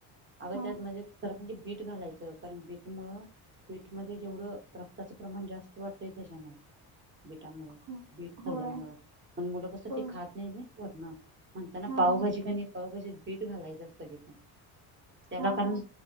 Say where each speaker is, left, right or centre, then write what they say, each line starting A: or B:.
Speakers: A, on the right; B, on the right.
A: अगं
B: हा
A: त्यामध्ये खरं म्हणजे बीट घालायचं कारण बीटमुळं बीट मध्ये जेवढं रक्ताचं प्रमाण जास्त वाढतय त्याच्यानं बीटामुळ
B: हो
A: बीट खाल्ल्या
B: होय
A: मुळ पण मुलं कसं
B: हो
A: ते खात नाहीत ना वरन म्हणताना
B: हा
A: पावभाजी
B: हा
A: क नाही पावभाजीत बीट घालायचं कधी पण त्याला
B: हा
A: कारण
B: हा